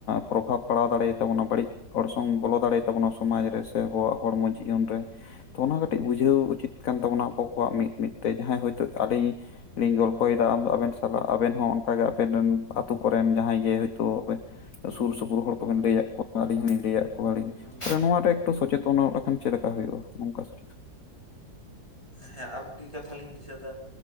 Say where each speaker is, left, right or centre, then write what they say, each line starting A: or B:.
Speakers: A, on the left (about 55°); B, on the left (about 15°).
A: ᱯᱨᱚᱵᱷᱟᱵᱽ ᱯᱟᱲᱟᱣ
B: ᱦᱮᱸ
A: ᱫᱟᱲᱮ ᱟᱛᱟᱵᱚᱱᱟ ᱵᱟᱹᱲᱤᱡ ᱦᱚᱲ ᱥᱚᱝ ᱵᱚᱞᱚ
B: ᱦᱮᱸ
A: ᱫᱟᱲᱮᱭᱟᱛᱟᱵᱚᱱᱟ ᱚ ᱥᱚᱢᱟᱡᱽ ᱨᱮ ᱥᱮ ᱟᱵᱚᱣᱟᱜ ᱦᱚᱲᱢᱚ ᱡᱤᱭᱚᱱ ᱨᱮ ᱛᱚ
B: ᱦᱮᱸ
A: ᱚᱱᱟ ᱠᱟᱹᱴᱤᱡ ᱵᱩᱡᱷᱟᱹᱣ ᱩᱪᱤᱛ ᱠᱟᱱ ᱛᱟᱵᱚᱱᱟ ᱟᱵᱚ ᱠᱚᱣᱟᱜ ᱢᱤᱫ ᱢᱤᱫ ᱛᱮ ᱡᱟᱦᱟᱸᱭ ᱦᱚᱭᱛᱚ
B: ᱦᱮᱸ
A: <inaudible> ᱤᱧ ᱜᱚᱞᱯᱷᱚᱭᱮᱫᱟ ᱟᱢᱫᱚ ᱟᱵᱮᱱ ᱥᱟᱞᱟᱜ ᱟᱵᱮᱱ ᱦᱚᱸ ᱚᱱᱠᱟᱜᱮ ᱟᱵᱮᱱ ᱨᱮᱱ ᱟᱛᱳ ᱠᱚᱨᱮᱱ ᱡᱟᱦᱟᱸᱭ ᱜᱮ ᱦᱳᱭᱛᱳ
B: ᱦᱮᱸ ᱦᱮᱸ
A: ᱥᱩᱨ ᱥᱩᱯᱩᱨ ᱦᱚᱲ ᱠᱚᱵᱮᱱ ᱞᱟᱹᱭᱟᱫ ᱠᱚᱣᱟ ᱟᱹᱞᱤᱧ ᱦᱚᱞᱤᱧ ᱞᱟᱹᱭᱟᱫ ᱠᱚᱣᱟᱞᱤᱧ
B: ᱦᱮᱸ
A: ᱛᱟᱦᱚᱞᱮ ᱱᱚᱣᱟ ᱨᱮ ᱥᱚᱪᱮᱛᱚᱱᱚᱜ ᱞᱮᱠᱷᱟᱱ ᱪᱮᱫ ᱞᱮᱠᱟ ᱦᱩᱭᱩᱜᱼᱟ ᱱᱚᱝᱠᱟ ᱥᱚᱪᱮᱛᱚᱱ?
B: ᱦᱮᱸ ᱦᱮᱸ ᱟᱨ ᱢᱤᱫᱴᱮᱱ ᱠᱟᱛᱷᱟ ᱞᱤᱧ ᱫᱤᱥᱟᱹ ᱮᱫᱟ